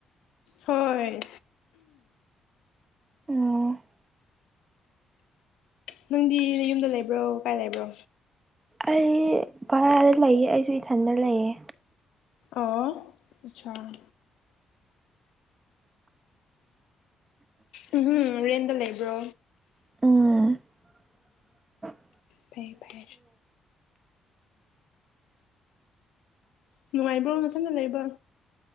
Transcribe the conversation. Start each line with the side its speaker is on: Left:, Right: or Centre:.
Left: ꯍꯣꯏ
Right: ꯎꯥ
Left: ꯅꯪꯗꯤ ꯅ ꯌꯨꯝꯗ ꯂꯩꯕ꯭ꯔꯣ ꯀꯥꯏ ꯂꯩꯕ꯭ꯔꯣ
Right: ꯑꯩ ꯚꯔꯥꯗ ꯂꯩꯌꯦ ꯑꯩꯁꯨ ꯏꯊꯟꯗ ꯂꯩꯌꯦ
Left: ꯑꯣ ꯑꯆꯥꯥ ꯎꯝꯝ ꯔꯦꯟꯗ ꯂꯩꯕ꯭ꯔꯣ
Right: ꯎꯥ
Left: ꯐ ꯐ ꯅꯨꯡꯉꯥꯏꯕ꯭ꯔꯣ ꯃꯊꯟꯗ ꯂꯩꯕ꯭ꯔꯣ